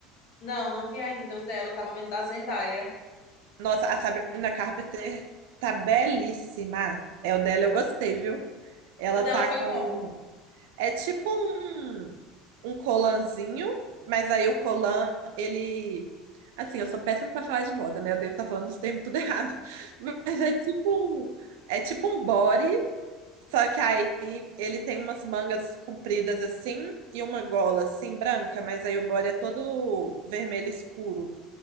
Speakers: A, on the left; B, on the right.
A: Não, não vi ainda o dela. Eu tava vendo da Zendaya.
B: Nossa, a Sabrina Carpenter tá belíssima. É o dela, eu gostei, viu? Ela
A: O dela
B: tá
A: foi
B: com
A: como?
B: É tipo um, um colanzinho, mas aí o colan, ele. Assim, eu sou péssima pra falar de moda, né? Eu devo estar falando os termos tudo <laughs> errado. Mas é tipo um, é tipo um body, só que aí ele tem umas mangas compridas assim e uma gola assim branca, mas aí o body é todo vermelho escuro.